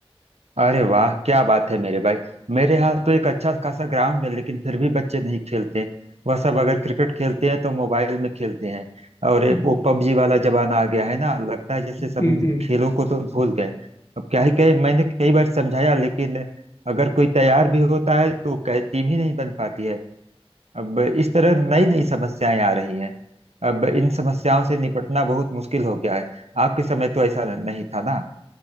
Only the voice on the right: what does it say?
अरे वाह क्या बात है मेरे भाई मेरे यहाँ तो एक अच्छा खासा ग्राउंड है लेकिन फिर भी बच्चे नहीं खेलते वह सब अगर क्रिकेट खेलते हैं तो मोबाइल में खेलते हैं और ये
वो पबजी वाला जमाना आ गया है ना लगता है जैसे सब
खेलों को तो भूल गए अब क्या ही कहे मैंने कई बार समझाया लेकिन अगर कोई तैयार भी होता है तो कह- टीम ही नहीं बन पाती है अब इस तरह नई नई समस्याएं आ रही हैं अब इन समस्याओं से निपटना बहुत मुश्किल हो गया है आपके समय तो ऐसा न- नहीं था ना